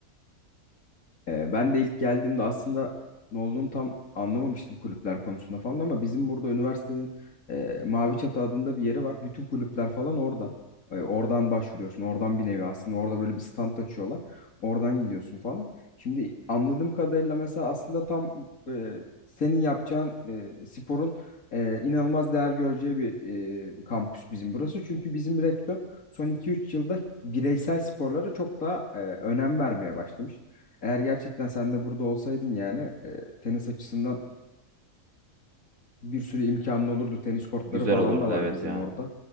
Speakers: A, on the left; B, on the right.
A: Ee, ben de ilk geldiğimde aslında ne olduğunu tam anlamamıştım kulüpler konusunda falan ama bizim burada üniversitenin e, Mavi Çatı adında bir yeri var. Bütün kulüpler falan orada. E, oradan başvuruyorsun. Oradan bir nevi aslında orada böyle bir stand açıyorlar. Oradan gidiyorsun falan. Şimdi anladığım kadarıyla mesela aslında tam e, senin yapacağın e, sporun e, inanılmaz değer göreceği bir e, kampüs bizim burası. Çünkü bizim rektör son iki üç yılda bireysel sporlara çok daha e, önem vermeye başlamış. Eğer gerçekten sen de burada olsaydın yani e, tenis açısından bir sürü imkanın olurdu. Tenis kortları
B: Güzel
A: falan
B: olurdu
A: da var
B: evet
A: bizim
B: ya.
A: orada.